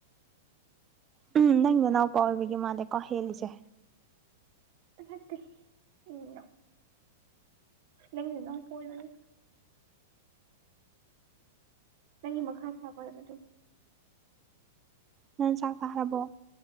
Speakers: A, on the right (about 25°); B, on the right (about 55°).
A: ꯎꯝ ꯅꯅꯥꯎꯄ ꯑꯣꯏꯕꯒꯤ ꯃꯥꯜꯂꯦꯀꯣ ꯍꯦꯜꯂꯤꯁꯦ
B: ꯅꯠꯇꯦ ꯅꯣ ꯅꯪ ꯅꯅꯥꯎꯄ ꯑꯣꯏꯕꯩꯅꯤ ꯑꯩꯒꯤ ꯃꯈꯥ ꯊꯥꯕ ꯑꯣꯏꯕꯗꯣ
A: ꯅꯪ ꯆꯥꯛ ꯆꯥꯔꯕꯣ